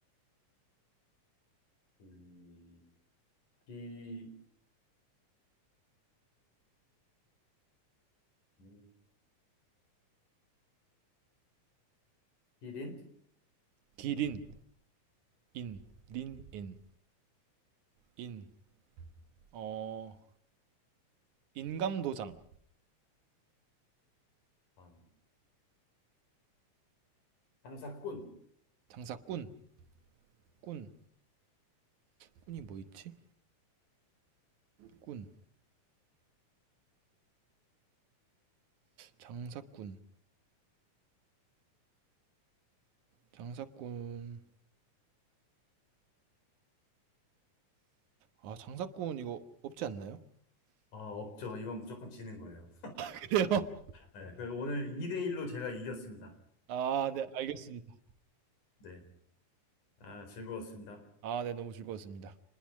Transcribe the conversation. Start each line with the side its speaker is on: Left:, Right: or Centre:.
Left: 이, 기, 음, 기린,
Right: 기린, 인, 린, 인, 인, 어, 인감도장,
Left: 방, 장사꾼.
Right: 장사꾼, 꾼, 꾼이 뭐 있지? 꾼, 장사꾼, 장사꾼, 아, 장사꾼 이거 없지 않나요?
Left: 아, 없죠. 이건 무조건 지는 거예요.
Right: 그래요? <laughs>
Left: 네, 그 오늘 2대1로 제가 이겼습니다.
Right: 아, 네, 알겠습니다.
Left: 네. 아, 즐거웠습니다.
Right: 아, 네, 너무 즐거웠습니다.